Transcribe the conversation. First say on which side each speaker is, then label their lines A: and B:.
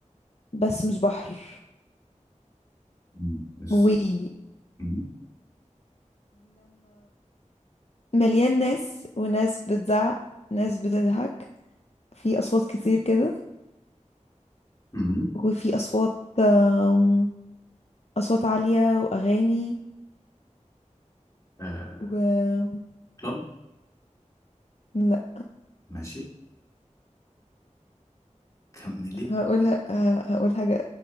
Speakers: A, on the left; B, on the left.
A: بس مش بحر
B: مم. بس
A: ولما
B: مم.
A: مليان ناس وناس بتزعق ناس بتضحك في أصوات كتير كده
B: مم.
A: وفي أصوات أم، أصوات عالية وأغاني
B: آه
A: و
B: كلوب
A: لا
B: ماشي كملي
A: هقول ه- هقول حاجة